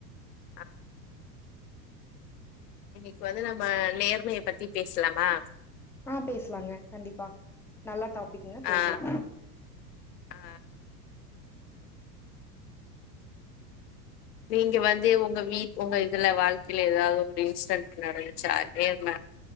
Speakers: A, on the left (about 70°); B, in the centre.
A: அ இன்னிக்கு வந்து நம்ம நேர்மைய பத்தி பேசலாமா
B: ஆ பேசலாங்க கண்டிப்பா நல்ல டாப்பிக்குங்க பேசலா
A: ஆ ஆ நீங்க வந்து உங்க வீட் உங்க இதுல வாழ்க்கைல ஏதாவது ஒரு இன்சிடென்ட் நடந்துச்சா நேர்ம